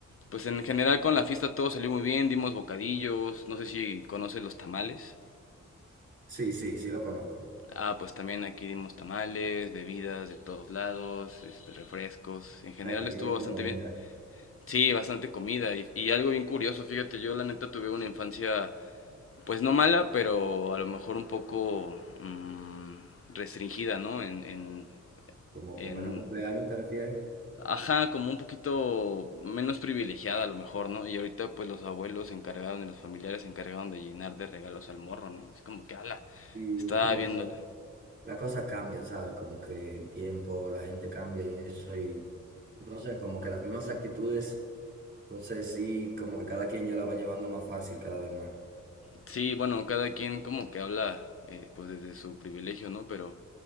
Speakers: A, on the left; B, on the right.
A: pues en general con la fiesta todo salió muy bien, dimos bocadillos, no sé si conoces los tamales.
B: Sí, sí, sí lo conozco. O
A: Ah, pues también aquí dimos tamales, bebidas de todos lados, este, refrescos. En general
B: sea que había
A: estuvo
B: mucha
A: bastante
B: comida,
A: bien. Sí, bastante comida y, y algo bien curioso. Fíjate, yo la neta tuve una infancia, pues no mala, pero a lo mejor un poco mm, restringida, ¿no? En, en,
B: como
A: en,
B: con menos cumpleaños te refieres
A: ajá, como un poquito menos privilegiada a lo mejor, ¿no? Y ahorita pues los abuelos se encargaron y los familiares se encargaron de llenar de regalos al morro, ¿no? Es como que, ala,
B: y
A: estaba
B: como
A: viéndola.
B: que... las cosas cambian, ¿sabes? Como que el tiempo, la gente cambia y eso, y no sé, como que las mismas actitudes, entonces sí, como que cada quien ya la va llevando más fácil cada vez más.
A: Sí, bueno, cada quien como que habla eh, pues desde su privilegio, ¿no? Pero